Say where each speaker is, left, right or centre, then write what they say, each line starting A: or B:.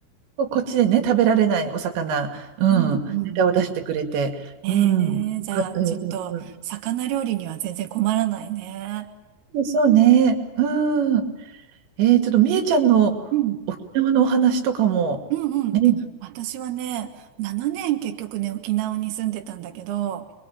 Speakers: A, on the right; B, on the right.
A: ここっちでね、食べられないお魚、うん、
B: うんうんうん。
A: ネタを出してくれて、
B: え
A: うん、よかったよよかった。
B: え、じゃあ、ちょっと、
A: う
B: 魚料理には全然困らないね。
A: んそうね、うん。えー、ちょっとみえちゃんの沖縄のお話とかも、
B: うん。うんうん。
A: ね、うん、
B: 私はね、7年結局ね、沖縄に住んでたんだけど、